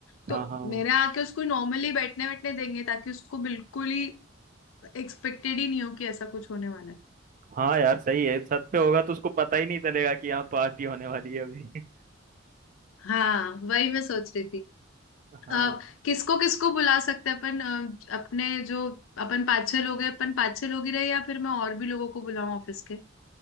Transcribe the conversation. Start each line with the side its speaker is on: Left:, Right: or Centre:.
Left: तो
Right: हाँ हाँ
Left: मेरे यहाँ आके उसको नॉर्मली बैठने बैठने देंगे ताकि उसको बिल्कुल ही एक्सपेक्टेड ही नहीं हो कि ऐसा कुछ होने वाला है
Right: हाँ यार सही है छत पे होगा तो उसको पता ही नहीं चलेगा कि यहाँ पार्टी होने वाली है अभी <laughs>
Left: हाँ वही मैं सोच रही थी
Right: हाँ
Left: अ, किसको किसको बुला सकते हैं अपन अ, अपने जो अपन पाँच छह लोग हैं अपन पाँच छह लोग ही रहे या फिर मैं और भी लोगों को बुलाऊं ऑफिस के